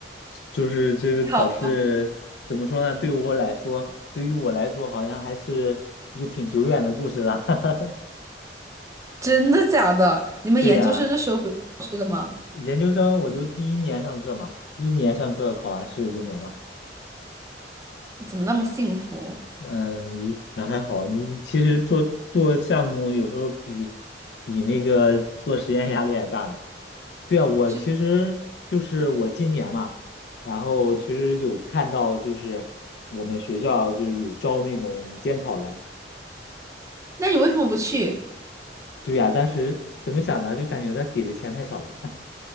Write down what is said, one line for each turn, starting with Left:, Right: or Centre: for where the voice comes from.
Left: 就是这个考试怎么说呢？
Right: 好，
Left: 对我来说，对于我来说，好像还是一个挺久远的故事了。<laughs>
Right: 真的假的？你们研究生的时候不用考试的吗？
Left: 对呀，研究生我就第一年上课嘛，第一年上课考完试就没了。
Right: 你怎么那么幸福？
Left: 嗯，那还好。你其实做做项目有时候比比那个做实验压力还大呢。对啊，我其实就是我今年嘛，
Right: 是，
Left: 然后其实有看到就是我们学校就是有招那种监考的，
Right: 那你为什么不去？
Left: 对呀，当时怎么想呢？就感觉他给的钱太少了，